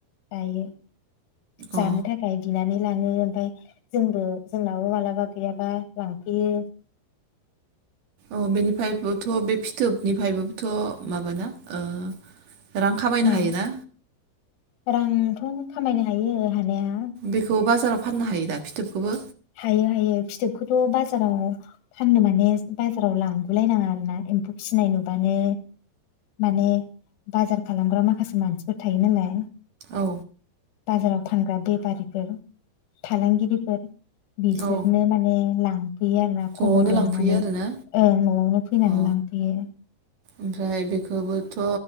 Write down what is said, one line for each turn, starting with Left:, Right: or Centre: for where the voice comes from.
Left: जायो जानो
Right: अ
Left: थाखाय बिनानै लाङो। ओमफाय जोंबो जोंनाबो माबालाबा गैयाबा लांफैयो।
Right: औ बेनिफायबोथ' बे फिथोबनिफ्रायबोथ' माबाना ओ रां खामायनो
Left: मा
Right: हायोना
Left: रांथ' खामायनो हायो हानाया
Right: बेखौ बाजाराव फाननो हायो दा? फिथोबखौबो
Left: हायो हायो फिथोबखो थ' बाजाराव फाननो माने बाजाराव लांगुलायनाङा आरोना एम्फौ फिनाय नुबानो माने बाजार खालामग्रा माखासे मानसिफोर थायो नालाय
Right: औ
Left: बाजाराव फानग्रा बे फारि‌ फोर फालांगिरि बिसोरनो
Right: औ
Left: माने लां फैयो आरो ना
Right: न'आवनो
Left: खबर
Right: लांफैयो
Left: लानानै
Right: आरोना
Left: ओं न'आवनो फैनानै
Right: अ
Left: लांफैयो।
Right: ओमफ्राय बेखोबोथ'